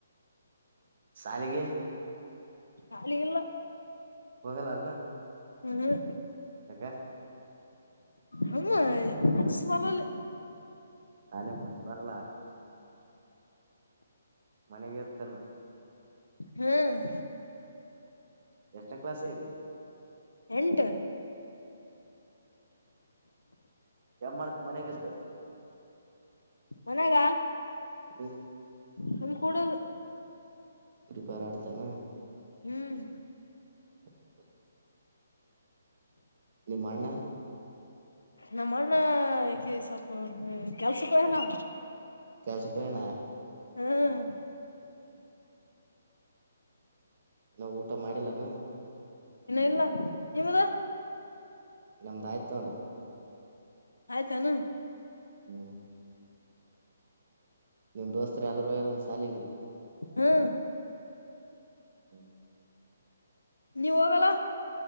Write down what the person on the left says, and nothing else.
ಶಾಲಿಗಿಲ್ಲ.
ಹ್ಮ್.
ಸುಮ್ನೆ ಇವತು ಮಿಸ್ ಬರಲ್ಲ.
ಹ್ಮ್.
ಎಂಟು.
ಮನೆಗ.
ನಮ್ ಕೂಡದು.
ಹ್ಮ್.
ನಮ್ಮ ಅಣ್ಣ ಈ ಸ್ವಲ್ಪ ಕೆಲಸಕ್ಕ ಹೊಗ್ಯನ ಅವ.
ಹ್ಮ್.
ಇನ್ನು ಇಲ್ಲ ನಿಮ್ಮದ
ಆಯ್ತಾನು
ಹ್ಮ್
ನೀವ ಹೋಗಲ್ಲ